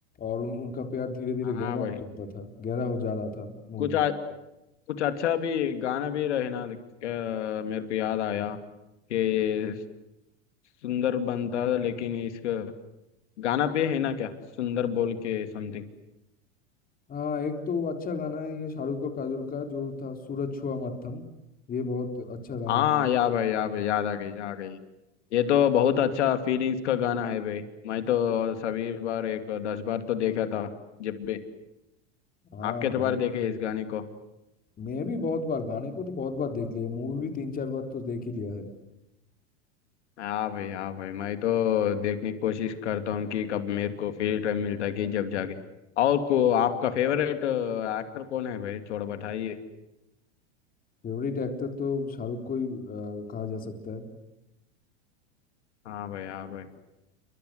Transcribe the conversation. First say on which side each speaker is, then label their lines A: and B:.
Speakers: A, on the left; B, on the left.
A: और उन उनका प्यार धीरे धीरे
B: हाँ
A: गहरा
B: भाई
A: हो जाता था गहरा हो जा रहा था मूवी
B: कुछ
A: में
B: आ, कुछ अच्छा भी गाना भी रहे ना अ, मेरे को याद आया कि ये सुंदर बनता लेकिन इसका गाना भी है ना क्या सुंदर बोल के समथिंग
A: हाँ एक तो अच्छा गाना है ये शाहरुख और काजोल का जो था सूरज छुआ मत्थम ये बहुत अच्छा गाना
B: हाँ
A: है
B: या भाई या भाई याद आ गई याद आ गई ये तो बहुत अच्छा फीलिंग्स का गाना है भाई मैं तो सभी बार एक दस बार तो देखा था जब भी
A: हाँ
B: आप कितने
A: बहुत
B: बार देखे इस गाने को
A: मैं भी बहुत बार गाने को तो बहुत बार देख लिया मूवी भी तीन चार बार तो देख ही लिया है
B: हाँ भाई हाँ भाई मैं तो देखने की कोशिश करता हूँ कि कब मेरे को फ्री टाइम मिलता है कि जब जाके और को आपका फेवरेट एक्टर कौन है भाई थोड़ा बताइए
A: फेवरेट एक्टर तो शाहरुख को ही अ, कहा जा सकता
B: हाँ भाई हाँ भाई